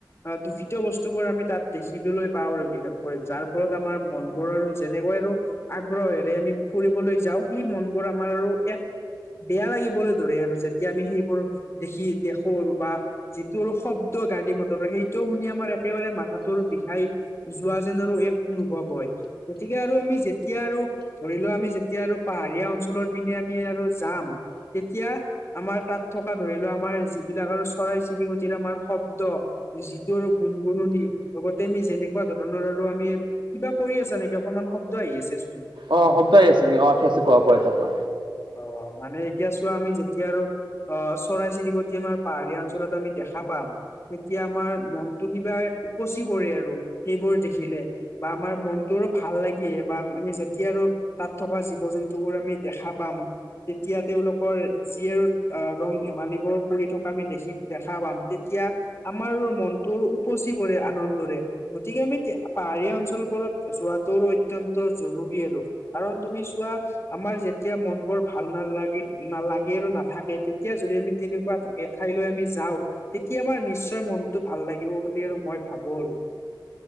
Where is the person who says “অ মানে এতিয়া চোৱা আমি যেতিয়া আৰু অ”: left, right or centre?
Left